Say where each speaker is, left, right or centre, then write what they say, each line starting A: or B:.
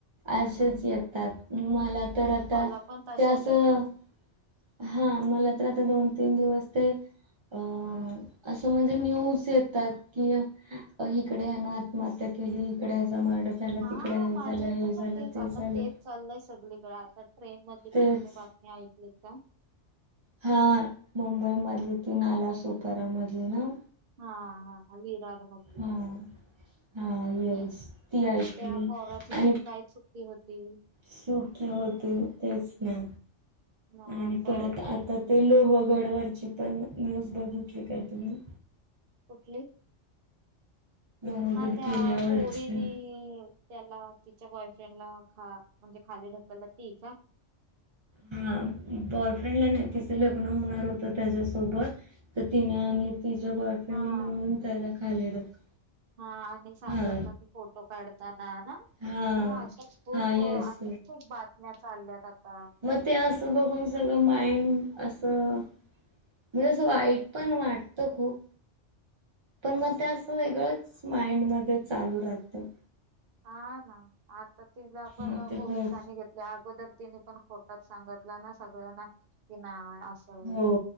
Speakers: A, on the right; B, on the right.
A: असेच येतात मला तर आता
B: मला पण तशाच
A: त्या असं
B: येतात
A: हां मला तर आता दोन तीन दिवस ते अं असं म्हणजे न्यूज येतात कि अं हीकडे ह्यानं आत्महत्या केली इकडे ह्याचा मर्डर झालं
B: हा
A: तिकडं हे
B: माझ्या
A: झालं,
B: इथं
A: हे झालं,
B: पण तेच
A: ते
B: आता
A: झालं.
B: तेच चाललंय सगळीकडं आता ट्रेन मधली
A: तेच
B: पण तुम्ही बातमी ऐकलीत का?
A: हा मुंबई मधली, ती नाला सुपारा मधली ना.
B: हा हा हा अली राघमत.
A: हा हा येस ती ऐकली
B: त्या पोराची
A: अनी
B: तरी काय चुकी होती
A: सुखी होते तेच ना.
B: मग
A: आणि
B: आता
A: परत आता ते लोहगडवरची पण न्यूज बघितली काय तुम्ही?
B: कुठली?
A: लोहगड
B: हा त्या
A: किल्ल्यावरची
B: पोरीनी त्याला तिच्या बॉयफ्रेंडला खा म्हणजे खाली ढकललं ती का?
A: हा बॉयफ्रेंडला नाय तिचं लग्न होणार होतं त्याच्यासोबत त तिनं आणि तिच्या बाॅय
B: हा.
A: त्यांना खाली ढक
B: हा आणि सांगितलं
A: हा
B: की फोटो काढताना ना
A: हा
B: हो अशाच खूप
A: हा येस
B: अशाच खूप बातम्या चालल्यात आता.
A: म ते असं बघून सगळं माइंड असं म्हजे असं वाईट पण वाटतं खूप. पण म ते असं वेगळंच माइंडमध्ये चालू राहतं.
B: हा ना आता तिला पण
A: मग ते
B: पोलिसांनी
A: ब
B: घेत या अगोदर तिने पण खोटात सांगितला ना सगळ्यांना कि नाही. असं
A: हो